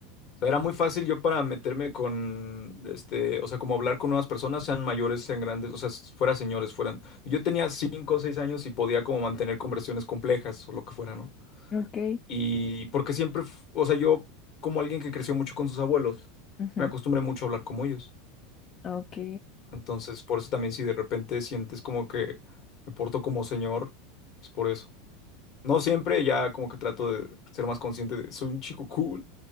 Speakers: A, on the left; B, on the left.
A: O sea, era muy fácil yo para meterme con, este, o sea, como hablar con nuevas personas, sean mayores, sean grandes, o sea, s- fuera señores, fueran. Yo tenía cinco o seis años y podía como mantener conversaciones complejas o lo que fuera, ¿no?
B: ok.
A: Y porque siempre, f- o sea, yo como alguien que creció mucho con sus abuelos,
B: Ujú.
A: me acostumbré mucho a hablar como ellos.
B: Ok,
A: Entonces, por eso también si de repente sientes como que me porto como señor, es por eso. No siempre, ya como que trato de ser más consciente de soy un chico cool,